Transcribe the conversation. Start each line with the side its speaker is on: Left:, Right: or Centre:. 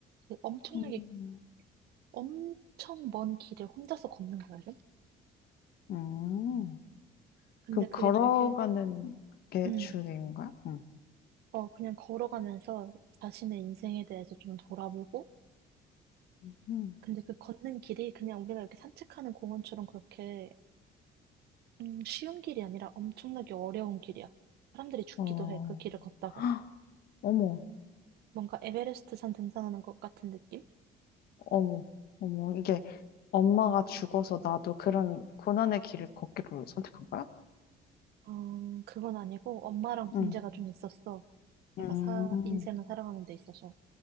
Right: 그 엄청나게,
Left: 음,
Right: 엄청 먼 길을 혼자서 걷는 거거든?
Left: 음.
Right: 근데
Left: 그럼
Right: 그게
Left: 걸어가는
Right: 되게,
Left: 게
Right: 음,
Left: 주인공인가요? 응,
Right: 어, 그냥 걸어가면서 자신의 인생에 대해서 좀 돌아보고,
Left: 음,
Right: 근데 그 걷는 길이 그냥 우리가 이렇게 산책하는 공원처럼 그렇게, 음, 쉬운 길이 아니라 엄청나게 어려운 길이야. 사람들이 죽기도
Left: 어,
Right: 해, 그 길을 걷다가.
Left: <gasps> 헉, 어머,
Right: 뭔가 에베레스트 산 등산하는 것 같은 느낌?
Left: 어머, 어머, 이게 엄마가 죽어서 나도 그런 고난의 길을 걷기로 선택한 거야?
Right: 어, 그건 아니고 엄마랑
Left: 응,
Right: 문제가 좀 있었어. 제가
Left: 음,
Right: 사, 인생을 살아가는 데 있어서.